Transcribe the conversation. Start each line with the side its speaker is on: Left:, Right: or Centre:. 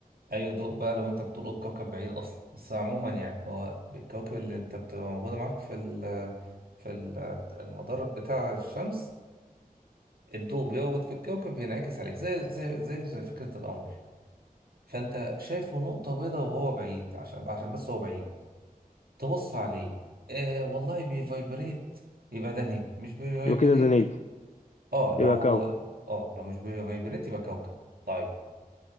Right: اي ضوء بقى لو انت بتطول الكوكب بعيد اصلا بس عموما يعني هو الكواكب اللي انت بتبقى موجوده معاك في ال في ال- المدار بتاع الشمس الضوء بيقعد في الكوكب بينعكس عليك زي زي زي زي فكره القمر فانت شايفه نقطه بيضاء وهو بعيد عشان عشان بس هو بعيد تبص عليه آه والله بيفايبريت يبقى ده نجم مش بيفايبريت
Left: يبقى كده ده نجم
Right: اه لو
Left: يبقى كوكب
Right: اه لو مش بيفايبريت يبقى كوكب طيب